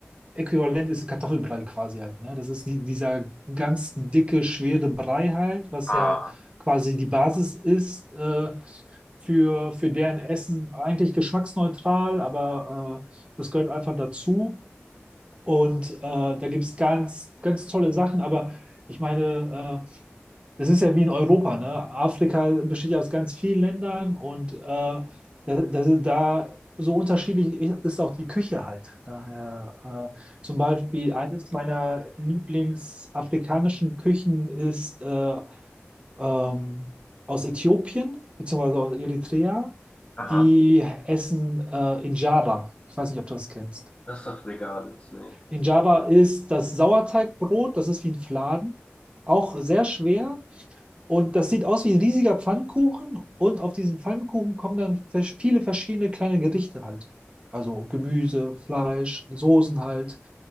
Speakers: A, on the right (about 25°); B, on the left (about 25°).
A: Äh, Äquivalent ist ein Kartoffelbrei quasi halt. Ne? Das ist die, dieser ganz dicke, schwere Brei halt, was
B: Ah.
A: ja quasi die Basis ist. Äh, für, für deren Essen eigentlich geschmacksneutral, aber äh, das gehört einfach dazu. Und äh, da gibt es ganz, ganz tolle Sachen, aber ich meine, äh, das ist ja wie in Europa, ne? Afrika besteht ja aus ganz vielen Ländern und äh, da, da, da so unterschiedlich ist auch die Küche halt. Daher, äh, zum Beispiel eines meiner Lieblingsafrikanischen Küchen ist äh, ähm, aus Äthiopien, beziehungsweise aus Eritrea,
B: Aha.
A: die essen äh, Injera. Ich weiß nicht, ob du das kennst.
B: Das sagt mir gar nichts, nee.
A: In Java ist das Sauerteigbrot, das ist wie ein Fladen, auch sehr schwer. Und das sieht aus wie ein riesiger Pfannkuchen. Und auf diesen Pfannkuchen kommen dann vers- viele verschiedene kleine Gerichte halt. Also Gemüse, Fleisch, Soßen halt.